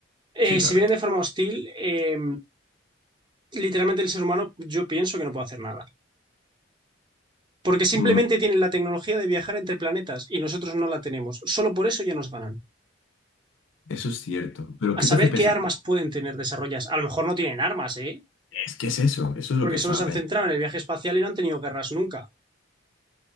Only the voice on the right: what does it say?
Eh,
si vienen de forma hostil, eh, literalmente el ser humano yo pienso que no puede hacer nada. Porque simplemente
tienen la tecnología de viajar entre planetas y nosotros no la tenemos. Solo por eso ya nos ganan.
A saber
qué armas pueden tener desarrollas. A lo mejor no tienen armas, ¿eh?
Porque
solo se han
centrado en el viaje espacial y no han tenido guerras nunca.